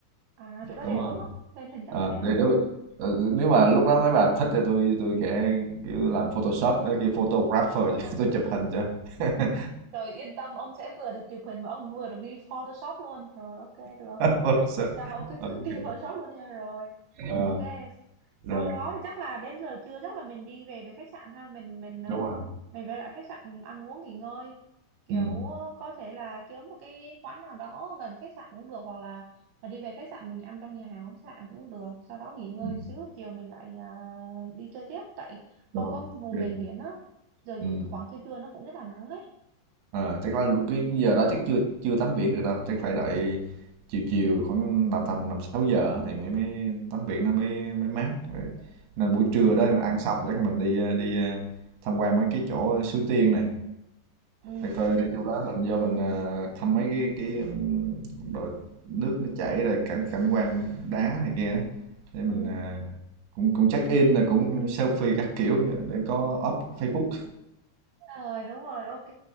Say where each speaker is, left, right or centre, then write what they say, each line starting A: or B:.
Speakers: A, on the right; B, on the right.
A: à chỗ đó
B: đúng
A: đẹp
B: rồi
A: lắm á lên hình chắc
B: Ờ,
A: là đẹp lắm
B: thì nếu
A: á
B: mà, ờ, nếu mà lúc đó mấy bà thích thì tôi tôi sẽ kiểu làm Photoshop ờ, cái photographer chứ <laughs> tôi chụp hình cho <laughs>
A: rồi yên tâm ông sẽ vừa được chụp hình và ông vừa được đi Photoshop luôn rồi ok được
B: Photoshop.
A: Trời ơi, cái,
B: ok
A: cái đi vào sốt luôn nha rồi.
B: Ờ,
A: Ok. Xong
B: rồi
A: đó thì chắc là đến giờ trưa chắc là mình đi về về khách sạn ha, mình mình ờ,
B: đúng rồi
A: mình về lại khách sạn ăn uống nghỉ ngơi. Kiểu
B: ừ
A: ờ, có thể là kiếm một cái quán nào đó gần khách sạn cũng được hoặc là mà đi về khách sạn mình ăn trong nhà hàng khách sạn cũng được, sau đó nghỉ ngơi
B: ừ,
A: xíu chiều mình lại ờ, đi chơi tiếp tại
B: rồi
A: không có vùng
B: ok
A: miền biển á. Giờ dự-
B: ừ
A: khoảng trưa trưa nó cũng rất là nắng ấy.
B: Ờ, chắc là cái giờ đó chắc chưa chưa tắm biển được đâu chắc phải đợi chiều chiều khoảng nào tầm năm sáu giờ á thì mới mới tắm biển nó mới mới mát Rồi. nên buổi
A: Ừ
B: trưa đó là ăn xong chắc mình đi ờ, đi ờ, tham quan mấy cái chỗ suối tiên
A: ừ
B: Thì coi đi chỗ đó mình vô mình ờ, thăm mấy cái cái ừm, đồ nước nó chảy rồi cảnh cảnh quan đá này kia á. để mình
A: ừ.
B: ờ, cũng cũng check in rồi cũng selfie các kiểu vậy, để có up Facebook
A: Rồi đúng rồi, ok.